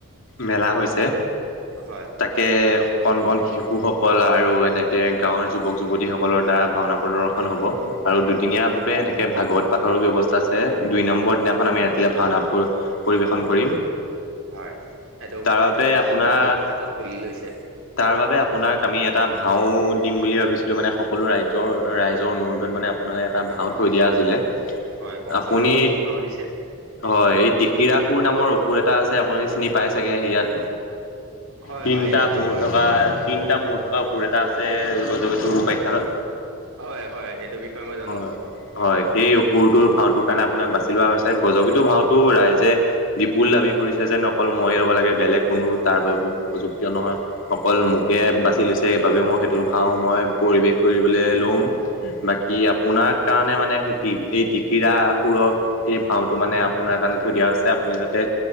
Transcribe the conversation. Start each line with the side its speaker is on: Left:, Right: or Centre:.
Left: মেলা হৈছে
Right: হয়
Left: তাকে কণ কণ শিশুসকল আৰু এনেকে গাঁৱৰ যুৱক যুৱতী সকলৰ দ্বাৰা ভাওনা প্ৰদৰ্শন হ'ব আৰু দুদিনীয়া
Right: হয়
Left: ভাৱে এনেকে ভাগৱত পাত পথৰো ব্যৱস্থা আছে দুই নম্বৰ দিনাখন আমি ৰাতিলৈ ভাওনা পৰিৱেশন কৰিম
Right: হয় এইটো
Left: তাৰবাবে
Right: বৰ এটা ভাল
Left: আপোনাৰ
Right: বিকল্প হাতত তুলি লৈছে
Left: তাৰবাবে আপোনাক আমি ইয়াত এটা ভাও দিম বুলি ভাবিছো কি মানে সকলো ৰাইজৰ ৰাইজৰ অনুৰোধত মানে আপোনালে এটা ভাও থৈ দিয়া আছিলে
Right: হয় কওকচোন
Left: আপুনি
Right: বাৰু কি ভাও দিছে
Left: হয় এই টিকিৰা সুৰ নামৰ অসুৰ এটা আছে আপুনি চিনি পাই চাগে সেয়াত
Right: হয়
Left: তিনটা
Right: হয় এই
Left: মূ্ৰ
Right: বিষয়ে
Left: থকা তিনিটা মূৰ থকা বা অসুৰ এটা আছে গজকেতুৰ উপাখ্যান ত
Right: হয় হয় এইটো বিষয়ে মই জানো
Left: হয় হয় সেই অসুৰটোৰ ভাওটোৰ কাৰণে আপোনাক বাচি লোৱা হৈছে গজকেতো ভাওতো ৰাইজে বিপুল দাবী কৰিছে যে ন অকল মই ল'ব লে বেলেগ কোনো তাৰ বাবে উপযুক্ত নহয় অকল মোকে বাছি লৈছে এইবাবে মই সেইটো ভাওঁ মই পৰিৱেশ কৰিবলৈ লম বাকী আপোনাৰ কাৰণে মানে সেই এই টিকিৰাসুৰ সেই ভাওঁটো মানে আপোনাৰ কাৰণে থৈ দিয়া হৈছে আপুনি যাতে